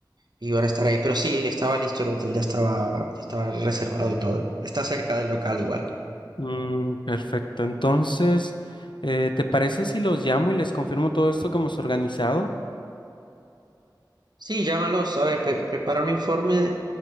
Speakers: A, on the right (about 65°); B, on the left (about 80°).
A: y van a estar ahí. Pero sí, estaba listo el hotel, ya estaba, ya estaba reservado y todo. Está cerca del local igual.
B: Mm, perfecto. Entonces, eh, ¿te parece si los llamo y les confirmo todo esto que hemos organizado?
A: Sí, llámalos. A ver, pre- prepara un informe, de-